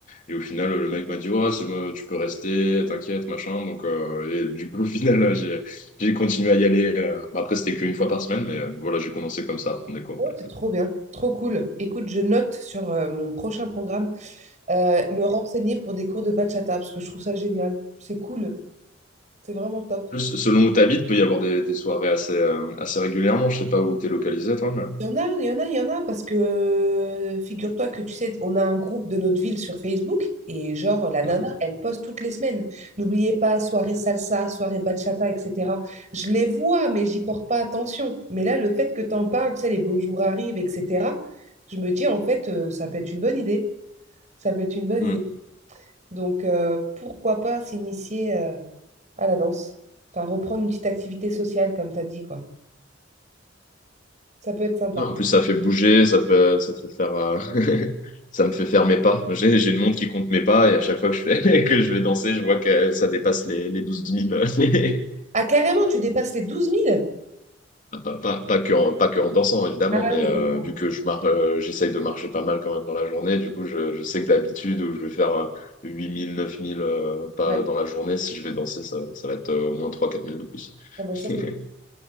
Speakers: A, on the left; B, on the right.
A: Et au final, le mec m'a dit, ouais, c'est bon, tu peux rester, t'inquiète, machin. Donc, euh, et du coup, au final, j'ai j'ai continué à y aller. euh, bah, après, c'était qu'une fois par semaine, mais euh, voilà, j'ai commencé comme ça à prendre des cours.
B: ouais, C'est
A: ouais.
B: trop bien, trop cool. Écoute, je note sur euh, mon prochain programme euh, me renseigner pour des cours de bachata parce que je trouve ça génial. C'est cool, c'est vraiment top.
A: Plus, selon où tu habites, peut y avoir des, des soirées assez, euh, assez régulièrement. Je sais pas où tu es localisé, toi, mais...
B: Il y en a, il y en a, il y en a, parce que euh, figure-toi que tu sais, on a un groupe de notre ville sur Facebook et genre la nana,
A: Mhm.
B: elle poste toutes les semaines. N'oubliez pas, soirée salsa, soirée bachata, etc. Je les vois, mais j'y porte pas attention. Mais là, le fait que t'en parles, tu sais, les beaux jours arrivent, etc., je me dis en fait, euh, ça peut être une bonne idée. Ça peut être une bonne
A: Mm.
B: idée. Donc, euh, pourquoi pas s'initier euh, à la danse? Enfin, reprendre une petite activité sociale, comme t'as dit, quoi. Ça peut être sympa.
A: Non, en plus, ça fait bouger, ça fait, ça fait faire, euh, <laughs> ça me fait faire mes pas. J'ai, j'ai une montre qui compte mes pas et à chaque fois que je fais, <laughs> que je vais danser, je vois que ça dépasse les, les douze mille <laughs>
B: Ah, carrément, tu dépasses les douze mille
A: Ah, Pas, pas, pas que en, pas que en dansant, évidemment,
B: Ah
A: mais
B: oui,
A: euh,
B: d'accord.
A: vu que
B: ok.
A: je mar euh, j'essaye de marcher pas mal quand même dans la journée, du coup, je, je sais que d'habitude, où je vais faire euh, 8000, 9000 euh, pas
B: Ouais.
A: dans la journée, si je vais danser, ça, ça va être euh, au moins trois quatre mille de plus.
B: Ah bah
A: <laughs>
B: ça, c'est...